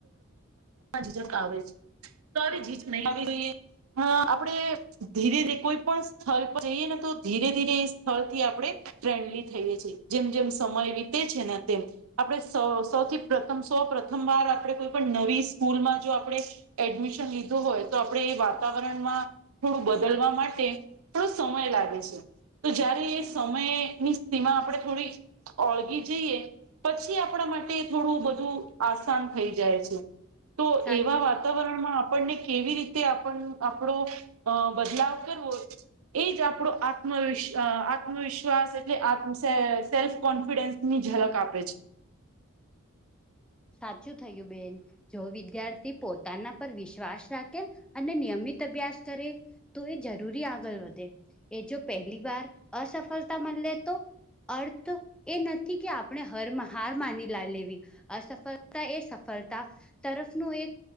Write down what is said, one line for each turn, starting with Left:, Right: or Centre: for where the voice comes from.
Right: જક આવે છે તો આવી જીજ નહી આવી જોઈએ હ આપણેે ધીરે ધીરે કોઈ પણ સ્થળ પર જઈએ ને તો ધીરે ધીરે એ સ્થળથી આપણે ફ્રેન્ડલી થઈએ છે જેમ જેમ સમય વિતે છે ને તેમ આપડણે સૌથી પ્રથમ સૌ પ્રથમ વાર આપણે કોઈ પણ નવી સ્કૂલમાં જો આપણે એડમિશન લીધું હોય તો આપણે એ વાતાવરણમાં થોડું બદલવા માટે થોડો સમય લાગે છે તો જયારે એ સમયની સ્થિમાં આપણે થોડી ઓળગી જઈએ પછી આપણા માટે થોડું બધું આસાન થઈ જાય. જાય છે તો
Centre: સાચી
Right: એવા વાત વાતાવરણમાં આપણને કેવી રીતે આપણો બદલાવ કરવો? એજ આપણો આત્મવિશ આત્મવિશ્વાસ એટલે આ સેલ્ફ કોન્ફિડન્સ ની ઝલક આપે છે.
Centre: સાચું થયું બેન જો વિદ્યાર્થી પોતાના પર વિશ્વાસ રાખે અને નિયમિત અભ્યાસ કરે તો એ જરૂરી આગળ વધે. એ જો પહેલી વાર અસફળતા મળલે તો? અર્થ એ નથી કે આપણે હર હાર માની લ લેવી. અસફળતા એ સફળતા તરફનું એક